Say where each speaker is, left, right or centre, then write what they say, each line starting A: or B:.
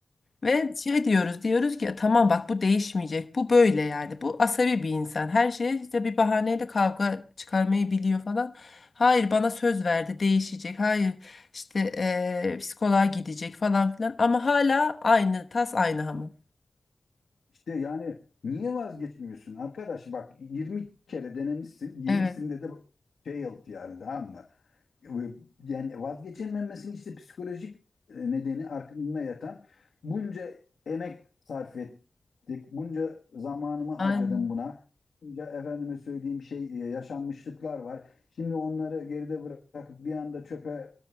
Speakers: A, on the left (about 45°); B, on the left (about 80°).
A: Ve şey diyoruz diyoruz ki tamam bak bu değişmeyecek bu böyle yani bu asabi bir insan her şeye işte bir bahaneyle kavga çıkarmayı biliyor falan. Hayır bana söz verdi değişecek hayır işte eee psikoloğa gidecek falan filan ama hala aynı tas aynı hamam.
B: işte yani niye vazgeçmiyorsun arkadaş bak 20 kere denemişsin 20'sinde
A: Evet.
B: de failed yani tamam mı? Ve Yani vazgeçememesinin işte psikolojik e, nedeni arkasında yatan bunca emek sarf ettik, bunca zamanımı harcadım
A: Aynı
B: buna. Bunca efendime söyleyeyim şey e, yaşanmışlıklar var. Şimdi onları geride bırakıp bir anda çöpe